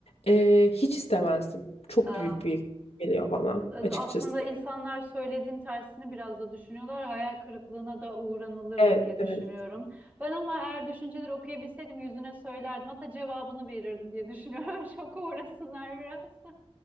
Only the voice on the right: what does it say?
Aa.
Aslında insanlar söylediğin tersini biraz da düşünüyorlar. Hayal kırıklığına da uğranılırdı
diye
düşünüyorum. Ben ama eğer düşünceleri okuyabilseydim yüzüne söylerdim. Hatta cevabını verirdim diye düşünüyorum. <laughs> Şoka uğrasınlar biraz.